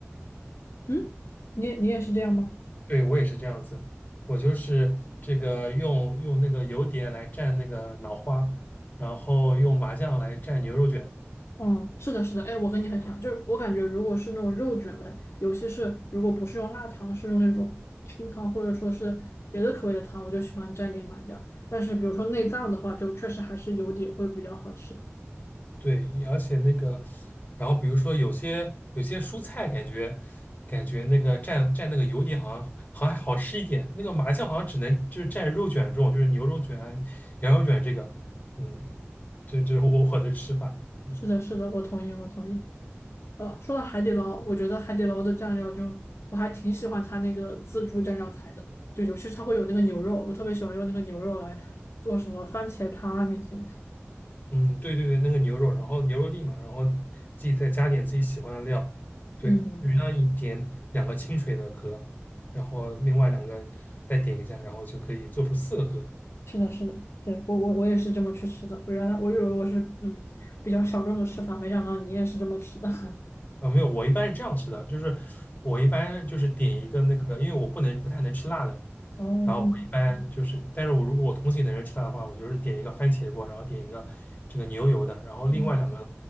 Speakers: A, on the left (about 60°); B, on the left (about 35°).
A: 嗯，你也你也是这样吗？
B: 对我也是这样子，我就是这个用用那个油碟来蘸那个脑花，然后用麻酱来蘸牛肉卷。
A: 嗯，是的，是的，哎，我跟你很像，就是我感觉如果是那种肉卷类，尤其是如果不是用辣汤，是用那种清汤或者说是别的口味的汤，我就喜欢蘸点麻酱。但是比如说内脏的话，就确实还是油底会比较好吃。
B: 对，而且那个，然后比如说有些有些蔬菜，感觉感觉那个蘸蘸那个油碟好像好像还好吃一点，那个麻酱好像只能就是蘸肉卷这种，就是牛肉卷啊、羊肉卷这个，嗯，这这是我我的吃法，嗯
A: 是的，是的，我同意，我同意。呃，说到海底捞，我觉得海底捞的蘸料就我还挺喜欢它那个自助蘸料台的，就尤其是它会有那个牛肉，我特别喜欢用那个牛肉来做什么番茄汤啊那些。
B: 嗯，对对对，那个牛肉，然后牛肉粒嘛，然后自己再加点自己喜欢的料，对，
A: 嗯。
B: 就是让你点两个清水的格，然后另外两个再点一下，然后就可以做出四个格，
A: 是的，是的，对，我我我也是这么去吃的。我原来我以为我是嗯比较小众的吃法，没想到你也是这么吃的。<laughs>
B: 啊，没有，我一般是这样吃的，就是我一般就是点一个那个，因为我不能不太能吃辣的，
A: 哦，
B: 然后我一般就是，
A: 嗯
B: 但是我如果我同行的人吃辣的话，我就是点一个番茄锅，然后点一个这个牛油的，然后另外两个
A: 嗯，